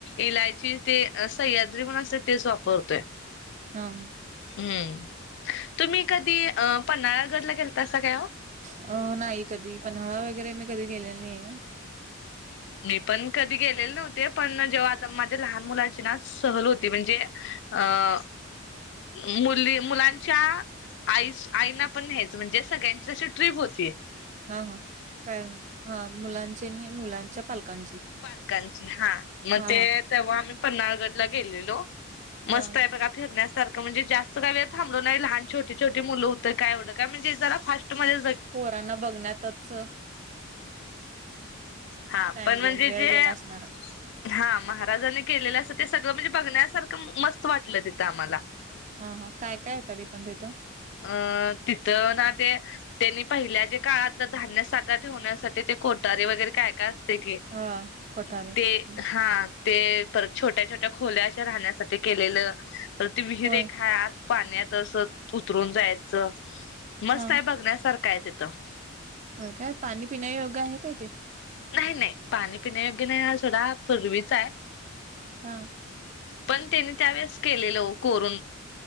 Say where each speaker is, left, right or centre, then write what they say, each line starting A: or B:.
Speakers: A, on the left (about 60°); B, on the right (about 35°).
A: इलायची ते सह्याद्री म्हण असते. तेच वापरतोय.
B: हा हा
A: <unintelligible> हम्म... तुम्ही... कधी अ.. पन्हाळागडला गेलतासा काय?
B: अ... नाही कधी, पन्हाळा वगैरे मी कधी गेलेला नाही आहे.
A: मी पण कधी गेलेले नव्हते. पण जेव्हा आता माझ्या लहान मुला हो.... म्हणजे, अ... मु मुलांच्या आई.. आईना पण घ्यायचं, म्हणजे सगळ्यांची अशी ट्रीप होतीय.
B: हा... हा प हा मुलांचे, आणि मुलांच्या पालकांचे,
A: पालकांची हा, मग
B: हा
A: ते
B: हा
A: तेव्हा, आम्ही पन्हाळगडला गेलेलो.
B: हा
A: मस्त आहे. बघा फिरण्यास सारं म्हणजे, जास्त का वे थबलो नाही. लहान छोी छोटी मुलं होतते. कायवढं काय म्हणजे जरा फास्टमध्ये
B: पोरांना बघण्यातच....
A: हा....
B: टाइम
A: पण म्हणजे
B: गेल वेळ
A: जे
B: गेला
A: हा....
B: असणार
A: महाराजांनी केलेलं, असं ते सगळं म्हणजे बघण्यासारखं मस्त वाटलं. तिथं आम्हाला,
B: हा.. हा.. काय.. काय.. तरी, पण तिथं.
A: अ... तिथं ना.. ते त्यांनी, पहिल्या जे काळातलं धान्य साठा ठेवण्यासाठी, ते कोटारी वगैरे काय का असते की,
B: हा कोठारे
A: <unintelligible>
B: हं.
A: ते हा.... ते परत छोट्या, छोट्या, खोल्या अशा राहण्यासाठी केलेलं. तर, त विहीर
B: होय
A: एक हाय आत पाण्यातत अस, उतरून जायच. मस्त
B: हा
A: आहे. बघण्यासारखा आहेच, तथं
B: काय? पाणी पिण्या योग्य आहे काय ते?
A: नाही, नाही, पाणी पिण्या योग्य नाही. हा थोडा पूर्वीच आहे.
B: हा....
A: पण, त्यांनी, त्यावेेळेस केलेल कोरून.